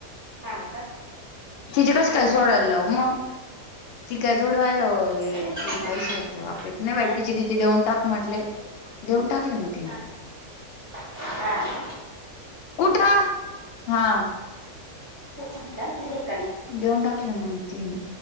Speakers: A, on the right; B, on the left.
A: हा का
B: तिचेे कसे काय
A: हा
B: सोडायला
A: हा
B: लाऊ? मग. ती काय थोड माझ्या
A: तेच
B: ती
A: मग
B: पैशा बाबतीत नाही बाई
A: हा
B: तिची ते देऊन टाक म्हटले देऊन टाकले म्हणते.
A: हा हा.
B: कुठं? हा.
A: तेच म्हटलं दिलेकाने
B: देऊन टाकले मग तीन